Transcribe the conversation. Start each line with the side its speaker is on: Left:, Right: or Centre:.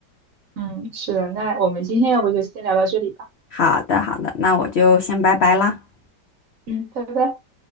Right: 嗯，是的，那我们今天要不就先聊到这里吧。
Left: 好的，好的，那我就先拜拜啦。
Right: 嗯，拜拜。